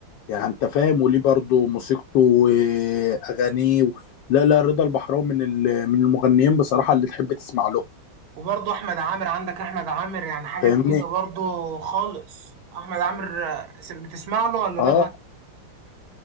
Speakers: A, on the left; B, on the right.
A: يعني انت فاهم وليه برضه موسيقته واغانيه و... لا لا رضا البحراوي من ال- من المغنيين بصراحه اللي تحب تسمع له
B: وبرضو احمد عامر عندك احمد عامر يعني حاجه
A: فاهمني
B: تقيله برضو خالص احمد عامر آه، بتسمع له ولا
A: اه
B: لا